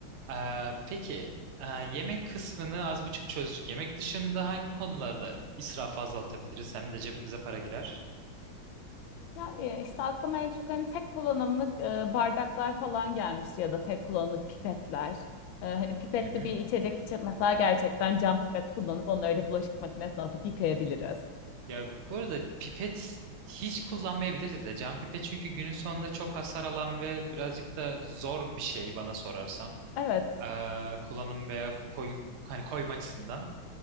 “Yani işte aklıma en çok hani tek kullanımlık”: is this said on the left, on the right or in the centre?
Left